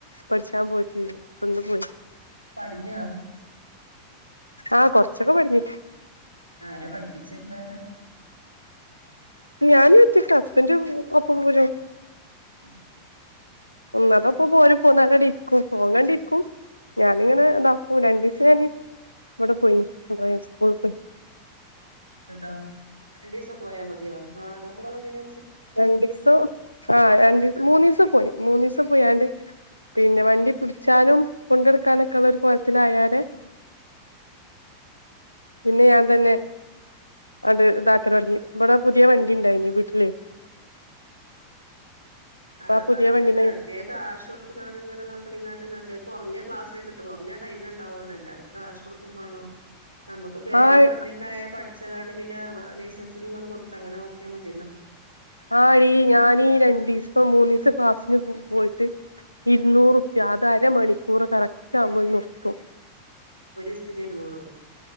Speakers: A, on the left; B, on the right.
A: പഠിച്ചാൻ പോയിട്ടുട്ടൊന്ന് പോയി
B: പടിഞ്ഞ
A: ആഹ് കൊറച്ചൊക്കെ പടിഞ്ഞ
B: ആര പഠിപ്പിച്ചിരണ്ടരോ
A: ഞാനും എറ്റ ഹസ്ബൻഡ ഒപ്പം പോര
B: ഉം
A: ഒന്നതപ്പോ പോര് പോന്നടി ഇരിക്കും പോങ്ങാണ്ടി ഇരിക്കും ഞാനിങ്ങനെ ഇതാക്കും രണ്ടു ദിവസം ഞാന് ഇവിടെ പോയി എന്ത സ്കൂളിൽ പോയി
B: കേട്ടാ രണ്ട് പോയാ മതിയോ ആ നമ്മ അതിന
A: രണ്ടു ദിവസം ആ രണ്ടിവസം മൂന്നു ദിവസം പോയി മൂന്നു ദിവസം പോയാണ്ട് പിന്നെ വണ്ടി പിടിച്ചാനും കൊണ്ടെടുക്കാനൊക്കെ ഉള്ള ഒരു കൊലത്തില ആായരെ പിന്നെ ഞാൻ തന്നെ അണ്ട് ഇതാക്കൻ തുടങ്ങി ഇവിടെ പുതിയ വണ്ടി ഉണ്ടായിനി വീട്ടില് അപ്പൊ
B: അതാ
A: ആ പുതിയ
B: നല്ലത്
A: വണ്ടിമ്മെ
B: അറ്റേ കാശ് കൊടുത്ത് കാണ ഇങ്ങനെ നടിങ്ങാട്ടി നല്ല കുറഞ്ഞ ക്ലാസ് കിട്ട കുറഞ്ഞടൈമ ഉണ്ടാവുകുള്ള ടുക്കും വേണം നമുക്ക് പരൽ
A: ആഹ്
B: വണ്ടിണ്ടായ പഠ ഉകാരണ്ട് പിന്നെ ലൈസൻസില ഒന്ന് കൊടുത്ത അങ്ങനെ നഓക്കിയാ മതിയല്ലോ
A: ആഴീ ഞാനീ രണ്ട ദിവസം മൂന്ന് ദിവസം ക്ലാസ്സിന് പോയിട്ട് ഇരുന്നൂറുപ്യ അത് അരമണിക്കൂറ് കറക്റ്റ് ആമ്പോൾ നിർത്തും
B: ഒരു സ്ഥിതി ഇരുന്നൂറ്